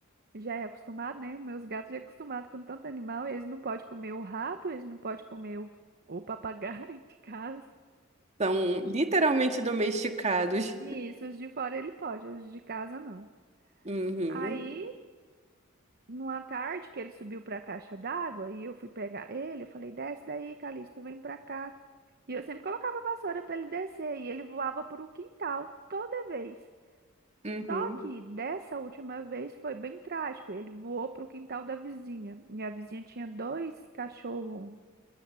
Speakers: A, on the right; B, on the right.
A: já é acostumado, né? Os meus gatos já é acostumado com tanto animal, eles não podem comer o rato, eles não podem comer o, o papagaio <laughs> de casa.
B: São literalmente domesticados.
A: E Isso, os de fora ele pode, os de casa não.
B: Uhum,
A: Aí, numa tarde que ele subiu para a caixa d'água e eu fui pegar ele, eu falei: "Desce daí, Calixto, vem para cá". E eu sempre colocava a vassoura para ele descer e ele voava para o quintal toda vez.
B: uhum.
A: Só que dessa última vez foi bem trágico. Ele voou para o quintal da vizinha. E a vizinha tinha dois cachorros